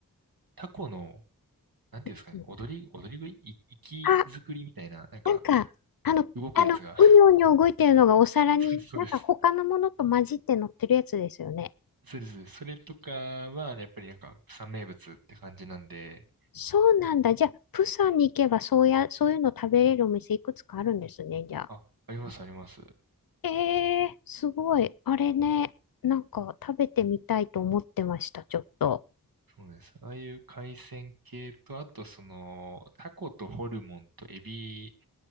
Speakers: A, on the right; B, on the left.
A: タコの、なんていうんですかね、
B: うん
A: 踊り、踊り食い、い、活き作りみたいな、
B: あ、
A: なんか、
B: なんか、あの、
A: 動くやつが、
B: あの、うにょうにょ動いてるのがお皿に、
A: <laughs> そうです。
B: なんか他のものと混じって乗ってるやつですよね。
A: そうです。それとかは、やっぱりなんか、釜山名物って感じなんで、
B: そうなんだ。じゃあ、プサンに行けば、そうや、そういうの食べれるお店いくつかあるんですね、じゃあ。
A: あ、あります、あります。
B: えー、すごい。あれね、なんか食べてみたいと思ってました、ちょっと。
A: そうです。ああいう海鮮系と、あとその、タコとホルモンとエビ